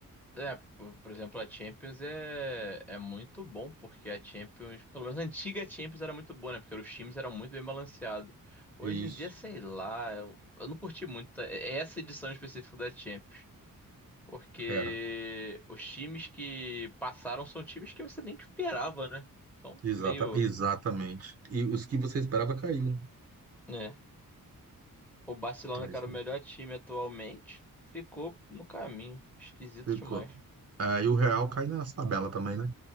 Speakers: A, in the centre; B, on the right.
A: É, por, por exemplo, a Champions é, é muito bom, porque a Champions, pelo menos a antiga Champions era muito boa, né? Porque os times eram muito bem balanceados. Hoje
B: Isso.
A: em dia, sei lá, eu, eu não curti muito tá? essa edição específica da Champions. Porque
B: Era.
A: os times que passaram são times que você nem esperava, né? São
B: Exata,
A: meio.
B: exatamente. E os que você esperava caiu, né?
A: É. O Barcelona,
B: É
A: que
B: isso
A: era o
B: aí.
A: melhor time atualmente, ficou no caminho. Esquisito
B: Ficou.
A: demais.
B: É, e o Real cai nas tabela também, né?